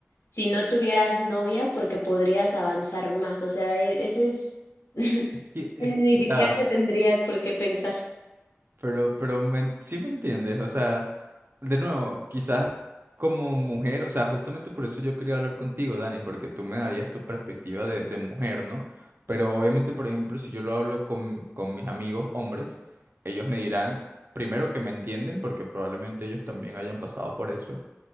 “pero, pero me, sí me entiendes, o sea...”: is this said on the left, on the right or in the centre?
Right